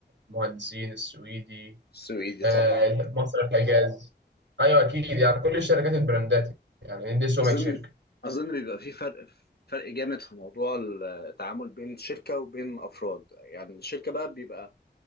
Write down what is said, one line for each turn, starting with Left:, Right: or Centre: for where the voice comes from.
Right: المهندسين السويدي
Left: السويدي
Right: آه
Left: طبعا
Right: مصر الحجاز ايوه اكيد يعني كل الشركات البراندات يعني دي سمعه
Left: أظن
Right: شركه
Left: أظن بيبقى في فرق فرق جامد في موضوع التعامل بين شركة وبين أفراد يعني الشركة بقى بيبقى